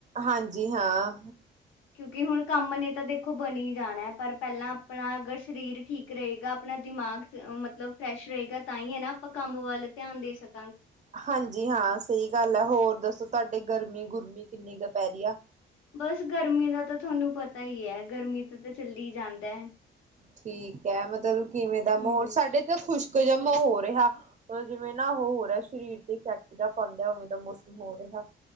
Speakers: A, on the right (about 40°); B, on the left (about 90°).
A: ਹਾਂਜੀ ਹਾਂ।
B: ਕਿਉਂਕਿ ਹੁਣ ਕੰਮ ਨੇ ਤਾਂ ਦੇਖੋ ਬਣੀ ਜਾਣਾ ਪਰ ਪਹਿਲਾਂ ਆਪਣਾ ਅਗਰ ਸਰੀਰ ਠੀਕ ਰਹੇਗਾ ਆਪਣਾ ਦਿਮਾਗ ਮਤਲਬ ਫਰੈਸ਼ ਰਹੇਗਾ ਤਾਂ ਹੀ ਹੈ ਨਾ ਆਪਾਂ ਕੰਮ ਵੱਲ ਧਿਆਨ ਦੇ ਸਕ
A: ਹਾਂਜੀ ਹਾਂ ਸਹੀ ਗੱਲ ਹੈ। ਹੋਰ ਦੱਸ ਤੁਹਾਡੇ ਗਰਮੀ ਗੁਰਮੀ ਕਿੰਨੀ ਕੁ ਪੈ ਰਹੀ ਐ।
B: ਬਸ ਗਰਮੀ ਦਾ ਤਾਂ ਤੁਹਾਨੂੰ ਪਤਾ ਹੀ ਹੈ ਗਰਮੀ ਤੇ ਤਾਂ ਚੱਲੀ ਜਾਂਦਾ ਐ
A: ਠੀਕ ਹੈ ਮਤਲਬ ਕਿਵੇਂ ਦਾ ਮਾਹੌਲ
B: ਹੂੰ
A: ਸਾਡੇ ਤਾਂ ਖੁਸ਼ ਜਮ ਹੋ ਰਿਹਾ ਜਿਵੇਂ ਨਾ ਉਹ ਹੋ ਰਿਹਾ ਸਰੀਰ ਤੇ ਇਫੈਕਟ ਪਾਦਾ ਉਵੇਂ ਦਾ ਮੌਸਮ ਹੋ ਰਿਹਾ।